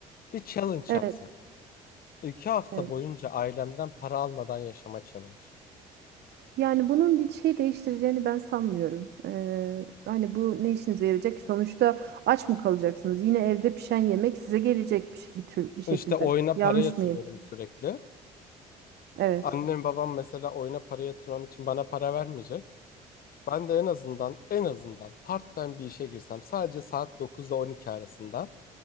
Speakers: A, on the left; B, on the right.
A: Bir challenge
B: Evet,
A: yapsak. İki hafta
B: evet.
A: boyunca ailemden para almadan yaşama challenge.
B: Yani bunun bir şey değiştireceğini ben sanmıyorum. Ee, hani bu ne işinize yarayacak ki? Sonuçta aç mı kalacaksınız? Yine evde pişen yemek size gelecek bir, ş- bir tür bir şekilde.
A: İşte oyuna
B: Yanlış
A: para yatırıyorum
B: mıyım?
A: sürekli.
B: Evet.
A: Annem babam mesela oyuna para yatırmam için bana para vermeyecek. Ben de en azından en azından part-time bir işe girsem sadece saat 9 ile 12 arasında